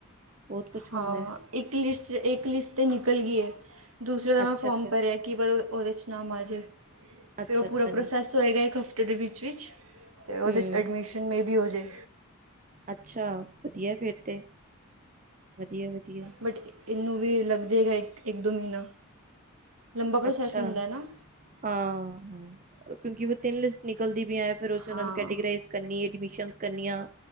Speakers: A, on the right; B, on the right.
A: ਬਹੁਤ ਕੁਛ
B: ਹਾਂ
A: ਹੁੰਦਾ ਹੈ।
B: ਇੱਕ ਲਿਸਟ, ਇੱਕ ਲਿਸਟ ਤੇ ਨਿਕਲ ਗੀ ਏ ਦੂਸਰੇ ਦਾ
A: ਅੱਛਾ-ਅੱਛਾ,
B: ਮੈਂ ਫੋਰਮ ਭਰਿਆ ਕੀ ਪਤਾ ਓਹਦੇ ਚ ਨਾਾਮ ਆਜੇ
A: ਅੱਛਾ-ਅੱਛਾ
B: ਫਿਰ ਓਹ ਪੂਰਾ ਪ੍ਰੋਸੈਸ ਹੋਏਗਾ ਇੱਕ ਹਫ਼ਤੇ ਦੇ ਵਿੱਚ-ਵਿੱਚ ਤੇ ਓਹਦੇ
A: ਹੂੰ
B: ਚ ਐਡਮਿਸ਼ਨ ਮੇ ਬੀ ਹੋਜੇ।
A: ਅੱਛਾ ਵਧੀਆ ਫੇਰ ਤੇ, ਵਧੀਆ-ਵਧੀਆ
B: ਬਟ ਇਹਨੂੰ ਵੀ ਲੱਗ ਜਾਏਗਾ ਇੱਕ, ਇੱਕ-ਦੋ ਮਹੀਨਾ ਲੰਬਾ ਪ੍ਰੋਸੈਸ
A: ਅੱਛਾ,
B: ਹੁੰਦਾ ਹੈ ਨਾ
A: ਹਾਂ-ਹਾਂ ਕਉਂਕਿ ਓਹ ਤਿੰਨ ਲਿਸਟ ਨਿਕਲਦੀ ਪੀਐ ਫੇਰ ਓਦੇਚ ਉਹਣਾ
B: ਹਾਂ
A: ਨੂੰ ਕੈਟੀਗਰਾਈਜ਼ ਕਰਨੀ ਐਡਮਿਸ਼ਨ ਕਰਨੀਆਂ,